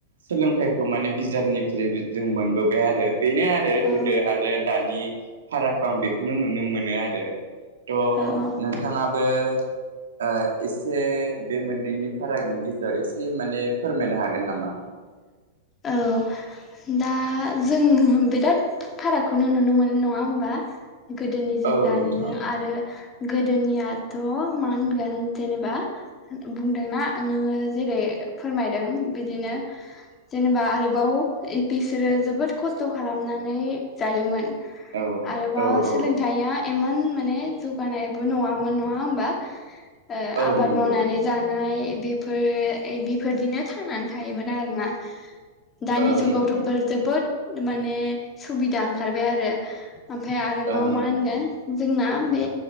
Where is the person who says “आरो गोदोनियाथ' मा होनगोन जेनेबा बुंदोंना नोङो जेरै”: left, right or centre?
Left